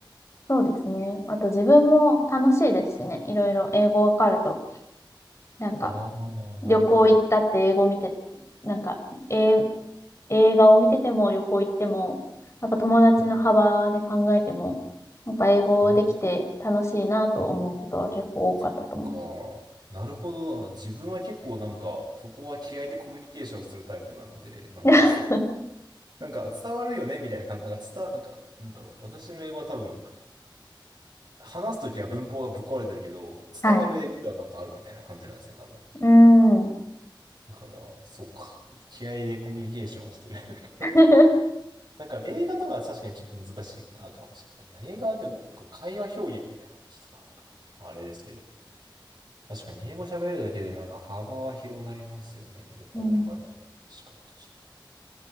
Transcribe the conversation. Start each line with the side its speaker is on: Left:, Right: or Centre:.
Left: そうですね。あと自分も楽しいですしね。いろいろ英語わかると。なんか、
Right: ああ、なるほど。
Left: 旅行行ったって英語見て、なんか、え、映画を見てても旅行行っても、やっぱ友達の幅で考えても、
Right: うん
Left: やっぱ英語できて楽しいなと思うことは結構多かったと思う。
Right: あ、そっか。なるほど。自分は結構なんか、そこは気合でコミュニケーションするタイプなので、なんか、
Left: <laughs>
Right: なんか伝わるよねみたいな感じ。なんか伝わ、なんか、なんだろう。私の英語は多分、話すときは文法がぶっ壊れてるけど、
Left: はい。
Right: 伝わる英語ではなんかあるみたいな感じなんですね、多分。
Left: うーん。
Right: だから、そうか。気合でコミュニケーションをしてる。<laughs>
Left: <laughs>
Right: だから映画とかは確かにちょっと難しいあかもしれない。まあ映画はでも会話表現みたいな話とか、まああれですけど。確かに英語喋るだけでなんか幅は広がりますよね。旅行とかね。
Left: うん
Right: 確かに確か